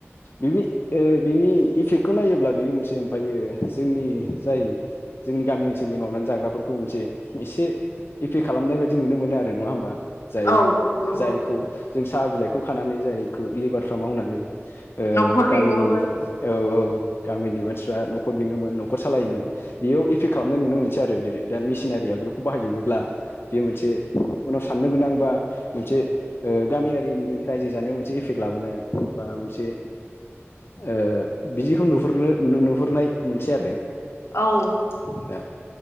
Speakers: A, on the left; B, on the left.
A: बिनो ओ बिनि इफेक्टखौ नायोब्ला बियो मोनसे ओमफ्रायो जोंनि जाय जोंनि गामि ओनसोलनि मावनानै जाग्राफोरखौ मोनसे एसे एफेक खालामनाय बायदि नुनो मोनो आरो नङा होमबा? जाय
B: औ नंगौ
A: जायखौ जों साहा बिलाइखौ खानानै जायखौ लेबारफ्रा मावनानै ओ
B: न'खर
A: गामिनि
B: बेङोमोन
A: औ औ गामिनि मानसिफ्रा न'खर बेङोमोन न'खर सालायोमोन बेयाव इफेक्ट खालामनाय नुनो मोनसै आरो दा मिसिनारिया बिखौ बाहायजोबोब्ला बेयो मोनसे उनाव साननो गोनां बा मोनसे गामियारिनि रायजो जानायाव मोनसे एफेक्ट लाबोनाय बा मोनसे ओ बिदिखौ नुहुरनो नुहुरनाय मोनसेै आरो। ए
B: औ